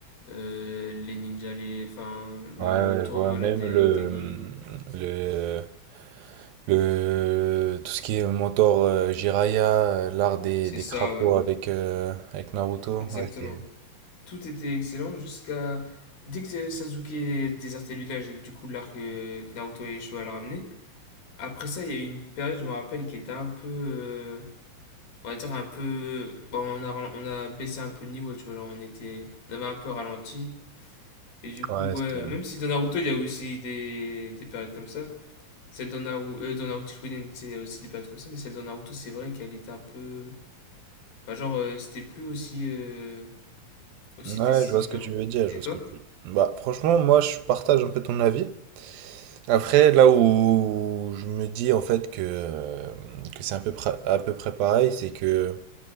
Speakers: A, on the left; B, on the right.
A: euh, les ninjas, les... enfin, le
B: Ouais, ouais,
A: tournoi
B: je vois même
A: à la des
B: le,
A: Genin.
B: le, le, tout ce qui est mentor euh, Jiraiya, euh, l'art des,
A: C'est
B: des
A: ça,
B: crapauds
A: ouais,
B: avec, euh, avec Naruto.
A: exactement.
B: Ouais, c'était.
A: Tout était excellent jusqu'à. Dès que Sasuke désertait le village et que du coup l'arc euh, Naruto et Showa le ramenaient, après ça il y a eu une période, je me rappelle, qui était un peu. euh, on va dire un peu. bon, on, a, on a baissé un peu le niveau, tu vois, genre, on, était, on avait un peu ralenti. Et du coup,
B: Ouais, c'était.
A: ouais, même si dans Naruto il y a aussi des, des périodes comme ça, celle dans Naruto, euh, dans Naruto Shippuden, c'est aussi des périodes comme ça, mais celle dans Naruto c'est vrai qu'elle était un peu. Enfin, genre, euh, c'était plus aussi, euh, aussi
B: Ouais,
A: décisif
B: je vois ce
A: qu'avant.
B: que tu veux dire,
A: Et
B: je vois
A: toi?
B: ce que tu. Bah, franchement, moi, je partage un peu ton avis. Après, là où je me dis en fait que, euh, que c'est à peu près, à peu près pareil, c'est que